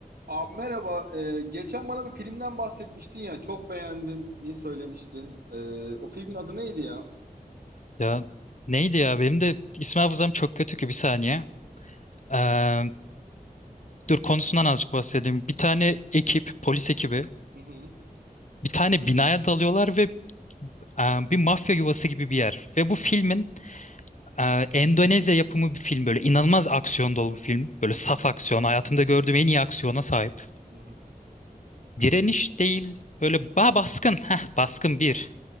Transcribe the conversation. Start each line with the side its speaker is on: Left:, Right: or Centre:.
Right: Abi merhaba. Ee, geçen bana bir filmden bahsetmiştin ya. Çok beğendin. Ne söylemiştin? Ee, o filmin adı neydi ya?
Left: Ya neydi ya benim de isim hafızam çok kötü ki bir saniye. Ee, dur konusundan azıcık bahsedeyim. Bir tane ekip, polis ekibi
Right: Hı hı.
Left: bir tane binaya dalıyorlar ve e, bir mafya yuvası gibi bir yer. Ve bu filmin e, Endonezya yapımı bir film böyle inanılmaz aksiyon dolu bir film.
Right: Hı
Left: Böyle saf
Right: hı.
Left: aksiyon hayatımda gördüğüm en iyi aksiyona sahip.
Right: Hı hı.
Left: Direniş değil böyle ba baskın. Heh, baskın bir.